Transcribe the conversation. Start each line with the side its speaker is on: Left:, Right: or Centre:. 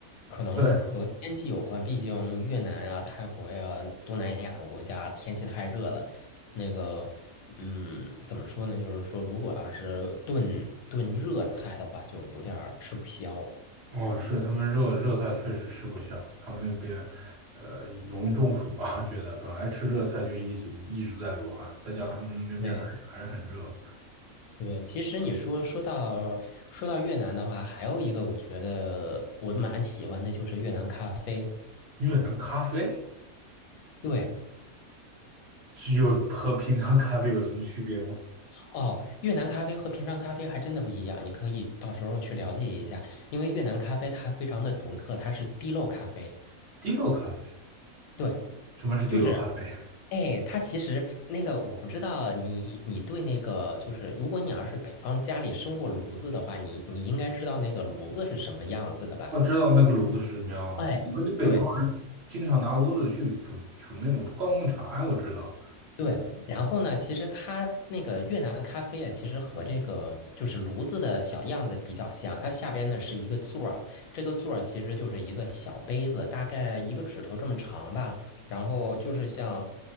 Left: 可能和天气有关，
Right: 对，
Left: 毕竟越南啊、泰国呀、东南亚的国家天气太热了，那个。嗯，怎么说呢？就是说，如果要是炖炖热菜的话，就有点儿吃不消。
Right: 哦，是他们热热菜确实吃不下，他们那边呃容易中暑吧，<laughs> 我觉得本来吃热菜就一直一直在流汗，再加上他们那边还还是很热。
Left: 对，对，其实你说说到说到越南的话，还有一个我觉得我蛮喜欢的就是越南咖啡。
Right: 越南咖啡
Left: 对，
Right: 有和平常咖啡有什么区别吗？
Left: 哦，越南咖啡和平常咖啡还真的不一样，你可以到时候去了解一下，因为越南咖啡它非常的独特，它是滴漏咖啡。
Right: 滴落咖啡，
Left: 对，
Right: 什么是滴落咖啡？
Left: 就是，哎，它其实那个我不知道你你对那个就是，如果你要是北方家里生过炉子的话，你你应该知道那个炉子是什么样子的吧？
Right: 我知道那个炉子是什么样的我们北方人经常拿炉子去煮煮那种高粱茶呀，
Left: 哎。对，
Right: 我知道。
Left: 对，然后呢，其实它那个越南咖啡啊，其实和这个就是炉子的小样子比较像。它下边呢是一个座儿，这个座儿其实就是一个小杯子，大概一个指头这么长吧。然后就是像，